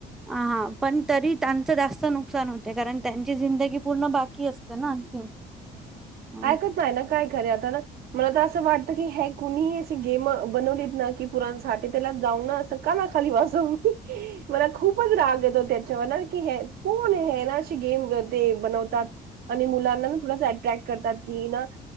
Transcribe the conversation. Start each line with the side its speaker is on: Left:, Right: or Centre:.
Centre: हां पण तरी त्यांचं जास्त नुकसान होते कारण त्यांची जिंदगी पूर्ण बाकी असते ना आणखी हम्म
Right: ऐकत नाही ना, काय करे आता ना म त सं वाटत की, हे कुणीही असं गेम बनवलीत ना की पुरणसाठी त्याला जाऊ ना असं काना खाली वाजू. मला खूपच राग येतो त्याच्यावर ना की कोण हे ये ना अशी गेम करते. बनवतात आणि मुलांना ना थोडे असे अट्रॅक्ट करतात की ना